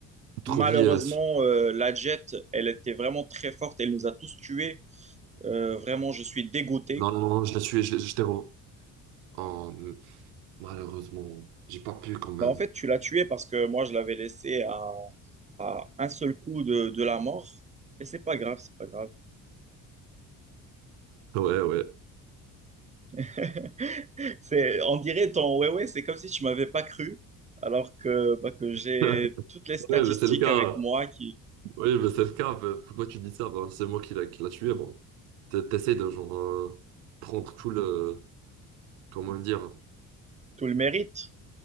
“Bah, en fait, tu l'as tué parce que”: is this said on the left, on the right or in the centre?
Right